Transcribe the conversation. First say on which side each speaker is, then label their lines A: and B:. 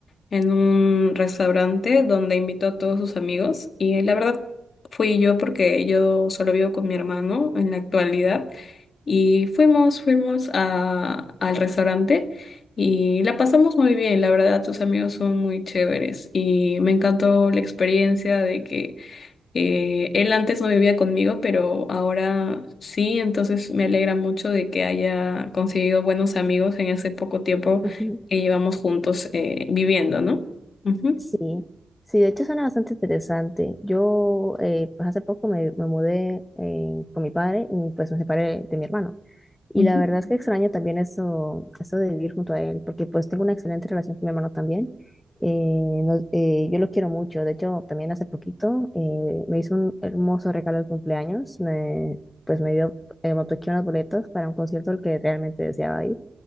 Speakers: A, on the left; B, on the left.
A: en un restaurante donde invitó a todos sus amigos y la verdad fui yo porque yo solo vivo con mi hermano en la actualidad y fuimos, fuimos a, al restaurante y la pasamos muy bien, la verdad tus amigos son muy chéveres y me encantó la experiencia de que eh, él antes no vivía conmigo, pero ahora sí, entonces me alegra mucho de que haya conseguido buenos amigos en ese poco tiempo
B: Ujú.
A: que llevamos juntos eh, viviendo, no Ujú,
B: Sí, sí, de hecho suena bastante interesante. Yo, eh, pues hace poco me, me mudé eh, con mi padre y pues me separé de mi hermano. Y
A: ujú.
B: la verdad es que extraño también eso, eso de vivir junto a él, porque pues tengo una excelente relación con mi hermano también. Eh, nos- eh, yo lo quiero mucho, de hecho también hace poquito eh, me hizo un hermoso regalo de cumpleaños, me, pues me dio, eh, me obsequió unas boletas para un concierto al que realmente deseaba ir.